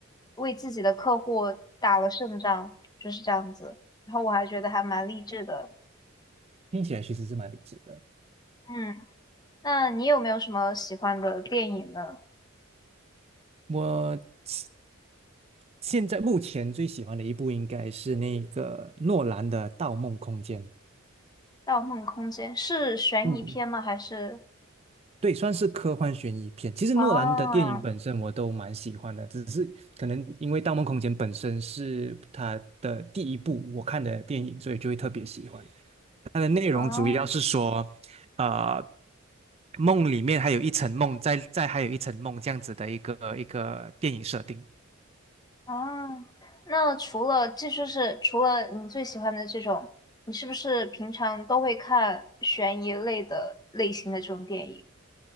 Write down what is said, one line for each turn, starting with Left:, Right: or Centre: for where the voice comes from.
Left: 为自己的客户打了胜仗，就是这样子。然后我还觉得还蛮励志的。
Right: 听起来其实是蛮励志的。
Left: 嗯，那你有没有什么喜欢的电影呢？
Right: 我现现在目前最喜欢的一部应该是那个诺兰的《盗梦空间》。
Left: 《盗梦空间》是悬疑片吗？
Right: 嗯，
Left: 还是？
Right: 对，算是科幻悬疑片。其实诺兰的电影本身我都蛮喜欢的，
Left: 哦
Right: 只是可能因为《盗梦空间》本身是他的第一部我看的电影，所以就会特别喜欢。它的内容主要是说，
Left: 哦。
Right: 呃，梦里面还有一层梦，在在还有一层梦这样子的一个一个电影设定。
Left: 啊，那除了这就是除了你最喜欢的这种，你是不是平常都会看悬疑类的类型的这种电影？